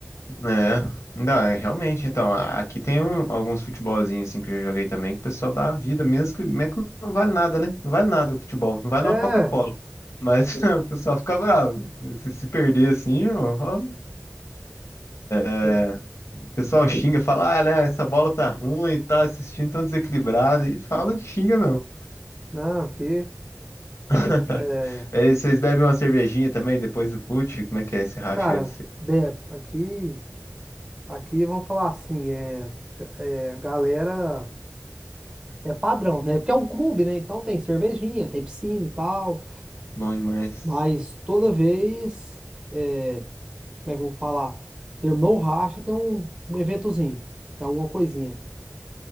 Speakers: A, on the left; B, on the right.
A: É, não, é, realmente, então, a- aqui tem um- alguns futebolzinhos assim que eu já joguei também, que o pessoal dá a vida, mesmo que, mesmo que não vale nada, né? Não vale nada o futebol, não vale
B: É,
A: uma Coca-Cola. Mas <laughs> o pessoal fica bravo. Se, se perder assim, irmão, ó, é,
B: né?
A: o pessoal xinga, fala, ah, né, essa bola tá ruim e tal, esses times tão desequilibrados, e fala, xinga mesmo.
B: não, aqui,
A: <laughs>
B: é,
A: Aí vocês bebem uma cervejinha também depois do fute? Como é que é esse racha
B: cara,
A: aí?
B: Beb, aqui, aqui vamos falar assim, é, é, galera, é padrão, né? Porque é um clube, né? Então tem cervejinha, tem piscina e tal,
A: Bom demais.
B: mas toda vez. é, como é que eu vou falar? Terminou o racha, tem um, um eventozinho, tem alguma coisinha.